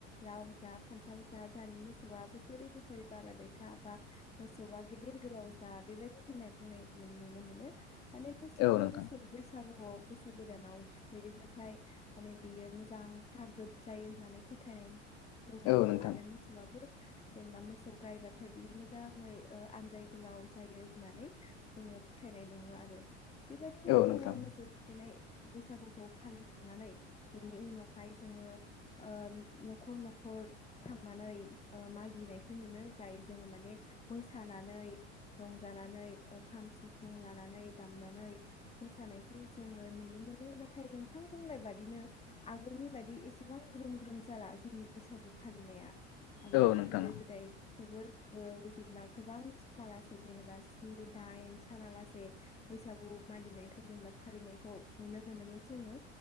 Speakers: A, on the left; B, on the left.
A: लाउ जा फान्थाव जा जानि मोसौआ बोसोरै बोसोरै बारायबाय था बा मोसौआ गिदिर गोलाव जा बेबायदि होननाय बुंनाय नुनो मोनो। माने मोसौखौ
B: औ नोंथां
A: बोसोर बैसागु औ। बोसोर गोदानाव थुखैयोबाथाय माने बियो मोजां थागोद जायो होननानै फोथायनाय दङ'
B: औ नोंथां
A: आरो मोसौआबो जेनेबा मोसौ गायबाथाय बियो मोजाङै ओ आनजाय गोलाव जायो होननानै जोङो फोथायनाय दङ' आरो बेबायदिनो
B: औ
A: जोङो
B: नोंथां
A: मोसौ थु <unintelligible> बैसागुखौ फालिखांनानै बेनि उनावहाय जोङो ओम न'खर न'खर थांनानै ओ मागिनायखौ नुनाय जाय जोङो माने मोसानानै रंजानानै खाम, सिफुं लानानै दामनानै मोसानायखौ जोङो नुनो मोनो। नाथाय नोंथां बुंनाय बादिनो आगोलनि बायदि एसेबां ग्रोम ग्रोम जाला जोंनि बैसागु फालिनाया। माने
B: औ नोंथां
A: गोदो गोदाय जोबोद ओ जेनेबा गोबां समालासे जेनेबा स्नि दाइन सानालासे बैसागु मागिनायखौ जेनेबा फालिनायखौ नुनो मोनोमोन जोङो।